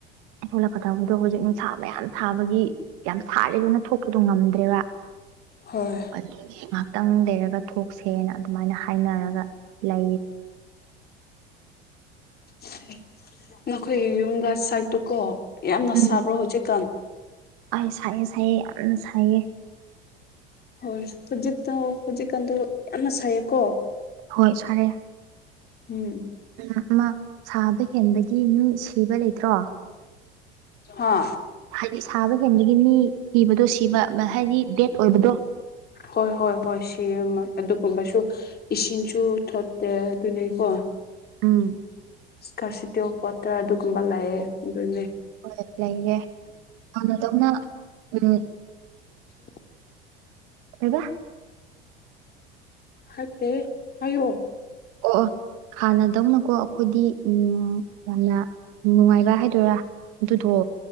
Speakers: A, on the right; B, on the left.
A: ꯊꯣꯛꯂꯛꯀꯗꯕꯗꯣ ꯍꯧꯖꯤꯛ ꯅꯨꯡꯁꯥ ꯃꯌꯥꯝ ꯁꯥꯕꯒꯤ ꯌꯥꯝ ꯁꯥꯠꯂꯤꯗꯨꯅ ꯊꯣꯛꯄꯗꯣ ꯉꯝꯗ꯭ꯔꯦꯕ
B: ꯍꯣꯏ
A: ꯑꯗꯨ ꯉꯥꯏꯍꯥꯛꯇꯪ ꯂꯩꯔꯒ ꯊꯣꯛꯁꯦꯅ ꯑꯗꯨꯃꯥꯏꯅ ꯍꯥꯏꯅꯔꯒ ꯂ
B: <unintelligible> ꯑꯩꯈꯣꯏꯒꯤ ꯌꯨꯝꯗ ꯁꯥꯏꯠꯇꯨ ꯀꯣ ꯌꯥꯝꯅ
A: ꯎꯝ
B: ꯁꯥꯕ꯭ꯔꯣ ꯍꯧꯖꯤꯛꯀꯥꯟ
A: ꯑꯩ ꯁꯥꯏꯌꯦ ꯁꯥꯏꯌꯦ ꯌꯥꯝꯅ ꯁꯥꯏꯌꯦ
B: ꯍꯣꯏ ꯍꯧꯖꯤꯛꯇ ꯍꯧꯖꯤꯛꯀꯥꯟꯗ ꯌꯥꯝꯅ ꯁꯩꯌꯦꯀꯣ
A: ꯍꯣꯏ ꯁꯥꯔꯦ
B: ꯎꯝ
A: ꯑꯃ ꯁꯥꯕ ꯍꯦꯟꯕꯒꯤ ꯃꯤ ꯁꯤꯕ ꯂꯩꯇ꯭ꯔꯣ
B: ꯍ
A: ꯍꯥꯏꯗꯤ ꯁꯥꯕ ꯍꯦꯟꯕꯗꯒꯤ ꯃꯤ ꯊꯤꯕꯗꯣ ꯁꯤꯕ ꯍꯥꯏꯗꯤ ꯗꯦꯠ ꯑꯣꯏꯕꯗꯣ
B: ꯍꯣꯏ ꯍꯣꯏ ꯍꯣꯏ ꯁꯤ ꯑꯃ ꯑꯗꯨꯒꯨꯝꯕꯁꯨ ꯏꯁꯤꯡꯁꯨ ꯊꯣꯠꯇꯦ ꯑꯗꯨꯅꯤꯀꯣ
A: ꯎꯝ
B: ꯏꯁꯀꯥꯔꯁꯤꯇꯤ ꯑꯣꯐ ꯋꯥꯇꯔ ꯑꯗꯨꯒꯨꯝꯕ ꯂꯥꯛꯑꯦ ꯑꯗꯨꯅꯦ
A: ꯍꯣꯏ ꯂꯩꯌꯦꯦ ꯊꯧꯅ ꯇꯧꯅ ꯎꯝ
B: ꯎ
A: ꯀꯩꯗ
B: ꯍꯥꯏꯠꯇꯦ ꯑꯌꯣ
A: ꯑꯣꯑꯣ ꯍꯥꯟꯅꯗꯧꯅꯀꯣ ꯑꯩꯈꯣꯏꯗꯤ ꯎ ꯌꯥꯝꯅ ꯅꯨꯡꯉꯥꯏꯕ ꯍꯥꯏꯗꯣꯏꯔꯥ ꯑꯗꯨꯗꯣ